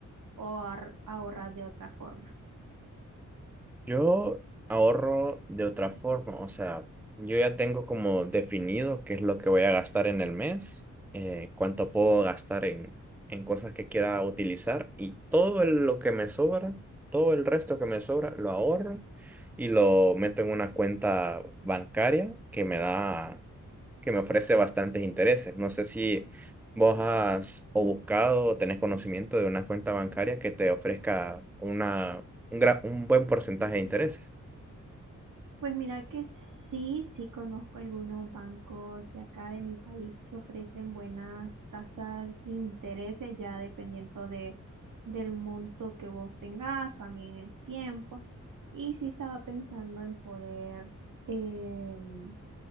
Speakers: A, on the right; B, in the centre.
A: o ahor- ahorrar de otra forma?
B: Yo ahorro de otra forma, o sea, yo ya tengo como definido qué es lo que voy a gastar en el mes, eh, cuánto puedo gastar en, en cosas que quiera utilizar y todo el- lo que me sobra, todo el resto que me sobra, lo ahorro y lo meto en una cuenta bancaria que me da que me ofrece bastantes intereses. No sé si vos has o buscado o tenés conocimiento de una cuenta bancaria que te ofrezca una, un, gra- un buen porcentaje de intereses.
A: Pues mira que sí, sí conozco algunos bancos de acá de mi país que ofrecen buenas tasas de intereses, ya dependiendo de, del monto que vos tengas, también el tiempo. Y sí estaba pensando en poder em,